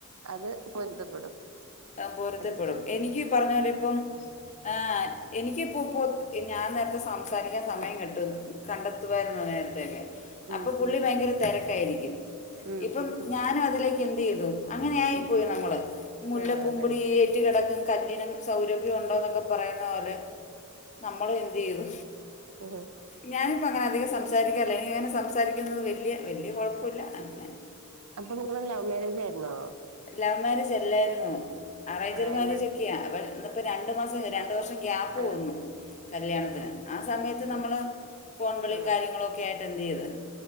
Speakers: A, on the right; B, on the left.
A: അത് പൊരുതപ്പെടും
B: ആഹ് പൊരുത്തപ്പെടും
A: അഡ്ജസ്റ്റ് ചെയ്യും
B: എനിക്ക് ഈ പറഞ്ഞത് പോലെ ഇപ്പം ആ എനിക്ക് പ്പോ ഇപ്പോ ഞാൻ നേരത്തെ സംസാരിക്കാൻ സമയം കിട്ടും കണ്ടെത്തുവായിരുന്നു നേരത്തൊക്കെ
A: ഉം
B: അപ്പൊ പുള്ളി
A: ഉം ഉം
B: ഭയങ്കര തിരക്കായിരിക്കും
A: ഉം
B: ഇപ്പം
A: ഉം ഉം
B: ഞാനും അതിലേക്ക് എന്ത് ചെയ്തു അങ്ങനൊയിപ്പോയി
A: ഉം
B: നമ്മൾ മുല്ലപ്പൂമ്പിടി
A: ആഹ് അതന്നെ
B: ഏറ്റ് കിടക്കും കല്ലിനും സൗരഭ്യം ഉണ്ടോ എന്നൊക്കെ പറയുന്ന പോലെ നമ്മള് എന്ത്‌ ചെയ്തു
A: ആ
B: ഞാനിപ്പ അങ്ങനെ അധികം സംസാരിക്കാറില്ല എനിക്ക് അങ്ങനെ സംസാരിക്കുന്നത് വല്യ വല്യ കുഴപ്പമില്ല അങ്ങനെ
A: അപ്പൊ നിങ്ങള് ലവ് മാരേജ് ആയിരുന്നോ
B: ലവ് മാര്യേജ് അല്ലായിരുന്നു അറിയ്ഞ്ച്
A: ആഹ്
B: മാര്യേജ്
A: എന്നാൽ
B: ഒക്കെയാ ഇന്ന് ഇപ്പൊ രണ്ട് മാസം രണ്ട വർഷം ഗ്യാപ്പ്
A: ആഹ്
B: പോന്നു കല്യാണത്തിന്
A: ആണോ
B: ആ സമയത്ത് നമ്മള്
A: ആഹ്
B: ഫോണുകളും
A: ഉം
B: കാര്യങ്ങളുംക്കെയ ആയിട്ട് എന്ത് ചെയ്ത്